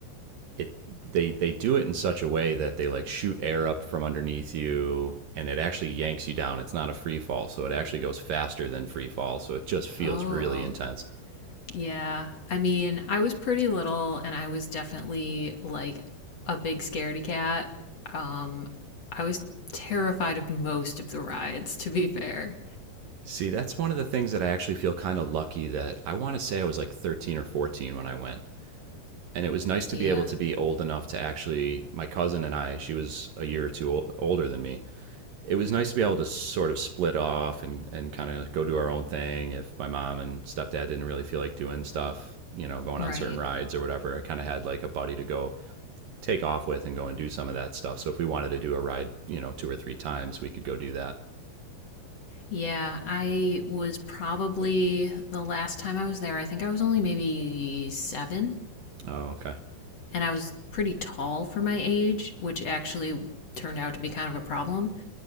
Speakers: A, on the right; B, on the left.
A: it they they do it in such a way that they like shoot air up from underneath you and it actually yanks you down. It's not a free fall, so it actually goes faster than free fall, so it just feels
B: Oh,
A: really intense.
B: yeah. I mean, I was pretty little and I was definitely like a big scaredy cat. Um, I was terrified of most of the rides, to be fair.
A: See, that's one of the things that I actually feel kind of lucky that I want to say I was like 13 or 14 when I went. And it was nice to
B: Yeah,
A: be able to be old enough to actually, my cousin and I, she was a year or two older than me. it was nice to be able to sort of split off and, and kind of go do our own thing. If my mom and stepdad didn't really feel like doing stuff, you know, going
B: right.
A: on certain rides or whatever, I kind of had like a buddy to go take off with and go and do some of that stuff. So if we wanted to do a ride, you know, two or three times, we could go do that.
B: Yeah, I was probably the last time I was there, I think I was only maybe seven,
A: Oh, okay.
B: and I was pretty tall for my age, which actually turned out to be kind of a problem.